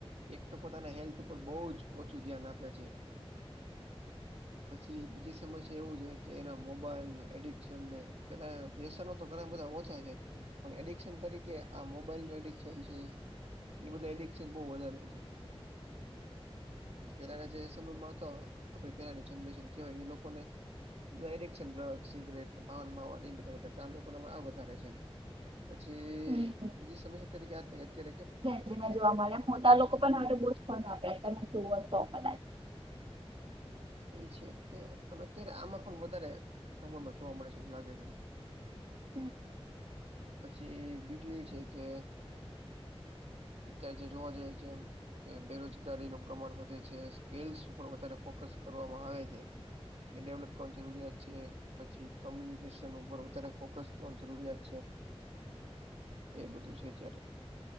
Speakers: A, on the right (about 80°); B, on the right (about 60°).
A: એક તો પોતાના હેલ્થ ઉપર બહુ જ ઓછું ધ્યાન આપે છે. પછી બીજી સમસ્યા એવું છે કે એના મોબાઈલને એડિકશનને પેલા વ્યસનો તો ઘણા બધા ઓછા છે પણ એડિક્શન તરીકે આ મોબાઈલ ને એડિકશન છે. એ બધા એડિકશન બહ વધારે છે. પેલા ના જે સમયમાં તો આપડી પહેલાની જનરેશન કવાય એ લોકોને રેડેકશન ડ્રગ્સ સિગરેટ પાવન માવન એ બધા વધારે આ લોકોને આ વધારે છે એમ. પછી
B: હમ
A: બીજી સમસ્યા તરીકે યા અત્યારે કે
B: જેમાં જોવા મળે હું ત આ લોકો પણ હવે બોજ પણન વાપરા તમે જોઓના.
A: એ છે પણ અત્યારે આમાં પણ વધારે પ્રમાણમાં જોવા મળે છે એવું લાગે છે.
B: હમ્મ.
A: પછી બીજું એ છે કે અત્યારે જે જોવા જઈએ છે એમ કે બેરોજગારીનું પ્રમાણ વધે છે સ્કેલ્સ ઉપર વધારે ફોકસ કરવામાં આવે છે. એ ડેવલપ કરનું જરૂરિયાત છે. પછી કોમ્યુનિકેશન ઉપર વધારે ફોકસ કરવા જરૂરિયાત છે. એ બધું છે અત્યારે.